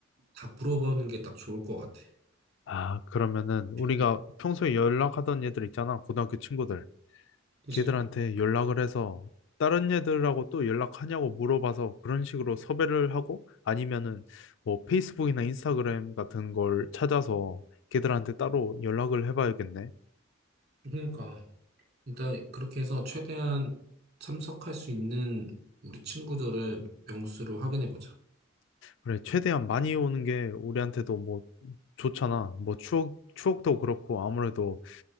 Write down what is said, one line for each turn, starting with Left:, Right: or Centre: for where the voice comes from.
Right: 다 물어보는 게 딱 좋을 것 같아.
Left: 아, 그러면은 우리가
Right: 네.
Left: 평소에 연락하던 애들 있잖아. 고등학교 친구들.
Right: 그치.
Left: 걔들한테 연락을 해서 다른 애들하고 또 연락하냐고 물어봐서 그런 식으로 섭외를 하고 아니면은 뭐 페이스북이나 인스타그램 같은 걸 찾아서 걔들한테 따로 연락을 해봐야겠네.
Right: 그러니까 일단 그렇게 해서 최대한 참석할 수 있는 우리 친구들을 명수로 확인해 보자.
Left: 그래, 최대한 많이 오는 게 우리한테도 뭐 좋잖아. 뭐 추억, 추억도 그렇고 아무래도